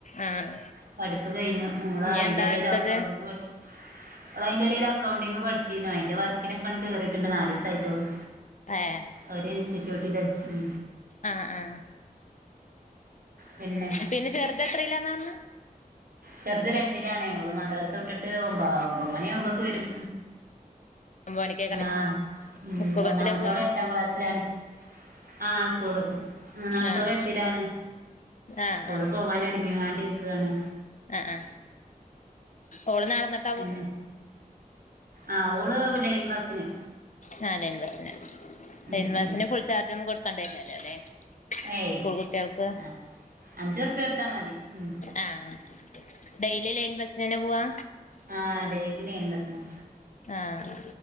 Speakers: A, on the left; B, on the right.
A: ആഹ്
B: പഠിപ്പ് കഴിഞ്ഞു മോള്
A: ഇനി
B: അയിന്റെടയിൽ
A: എന്താ അടുത്തത്
B: അക്കൗണ്ടിങ് പഠിച്ചു ഓള് അതിന്റെ ഇടയിൽ അക്കൗണ്ടിംഗ് പഠിച്ചിരുന്നു. അതിന്റെ വർക്കിന് ഇപ്പാ കേറിയിട്ടുണ്ട് നാല് ദിവസം ആയിട്ടേള്ളൂ.
A: ആയേ.
B: ഒരേ ഇൻസ്റ്റിറ്റ്യൂട്ടില... ഉം
A: ആഹ് ആഹ്
B: പിന്നെ
A: പിന്നെ ചെറുത് എത്രയിലാന്നാ പറഞ്ഞ്
B: ചെറുത് രണ്ടിലാണേ. ഓള് മദ്രസ വിട്ടിട്ട് ഒമ്പതാകും. ഒമ്പത് മണിയാവുമ്പോഴേക്ക് വരും
A: ഒമ്പത് മണിക്കേക്കാ
B: ആ ഉം
A: സ്കൂൾ
B: മൂന്നാമത്തോള്
A: ബസ്സിലാ പോവാ
B: എട്ടാം ക്ലാസ്സിലാണ് ആ സ്കൂൾ ബസ്സിൽ. മൂന്നാമത്തോള്
A: ആഹ്
B: എട്ടിലാണ്.
A: ആഹ്
B: സ്കൂളിൽ പോകാനായി ഒരുങ്ങി കോണ്ടിരിക്കുകയാണ്.
A: ആ ആ ഓള് നടന്നിട്ട്.
B: പിന്നെ ആ ഓള് ലൈൻ ബസിന്.
A: നാലാം ക്ലാസിലാണ്. ലൈൻ
B: ഉം
A: ബസ്സിന്
B: ഉം
A: ഫുൾ ചാർജ് ഒന്നും കൊടുക്കേണ്ടയില്ലല്ലഅല്ലേ?
B: ഏയ്
A: സ്കൂൾ കുട്ടികൾക്ക്.
B: ആ അഞ്ചുറുപ്യ കൊടുത്താ മതി ഉം
A: ആഹ് ഡെയിലി ലൈൻ ബസ്സിന് തന്നെ പോവാ.
B: ആഹ അതെ ലൈൻ ബസ്സിന്.
A: ആഹ്.